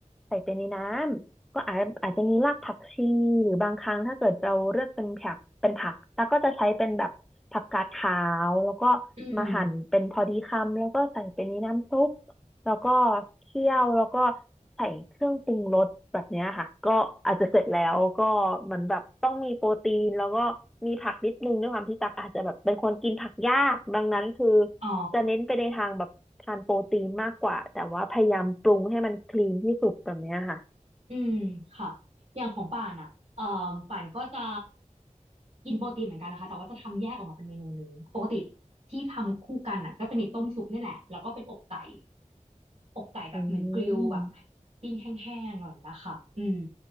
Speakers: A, in the centre; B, on the right (about 60°).
A: ใส่ไปในน้ำ ก็อาจอาจจะมีรากผักชีหรือบางครั้งถ้าเกิดเราเลือกเป็นผักเป็นผักแล้วก็จะใช้เป็นแบบผักกาดขาวแล้วก็
B: อืม
A: มาหั่นเป็นพอดีคำแล้วก็ใส่ไปนในน้ำซุปแล้วก็เคี่ยวแล้วก็ใส่เครื่องปรุงรสแบบเนี้ยค่ะก็อาจจะเสร็จแล้วก็เหมือนแบบต้องมีโปรตีนแล้วก็มีผักนิดนึงด้วยความที่ตักอาจจะแบบเป็นคนกินผักยากดังนั้นคือ
B: อ๋อ
A: จะเน้นไปในทางแบบทานโปรตีนมากกว่าแต่ว่าพยายามปรุงให้มันคลีนที่สุดแบบเนี้ยค่ะ
B: อืมค่ะอย่างของป่านอ่ะเอ่อป่านก็จะกินโปรตีนเหมือนกันนะคะแต่ว่าจะทำแยกออกมาเป็นเมนูหนึ่งปกติที่ทำคู่กันน่ะก็จะมีต้มซุปนี่แหละแล้วก็เป็นอกไก่อกไก่แบบเหมือนกริลแบบ
A: อืม
B: ปิ้งแห้งๆอะไรอยีค่ะอืม